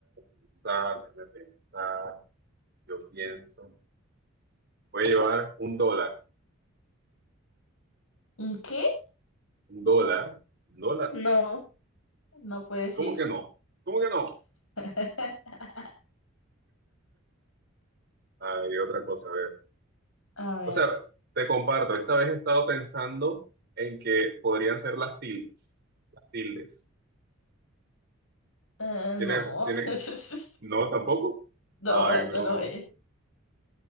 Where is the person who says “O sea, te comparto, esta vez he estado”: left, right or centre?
Right